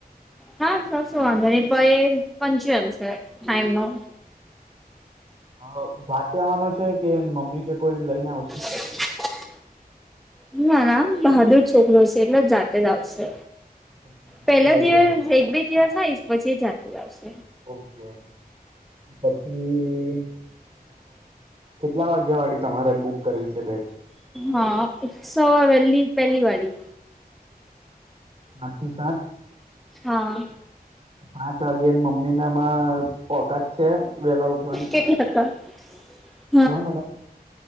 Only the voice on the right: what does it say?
હા જાતે આવવાનો છે કે મમ્મી કે કોઈ લઈને આવશે.
ઓકે, જાતે
આઈ
જશે.
ઓકે પછી કેટલા વાગ્યા વાળી તમારે બુક કરવી છે બેચ
પાંચથી સાત
પાંચ વાગે એની મમ્મી નામાં ઓકાત છે વહેલા ઉઠવાની
હા મેડમ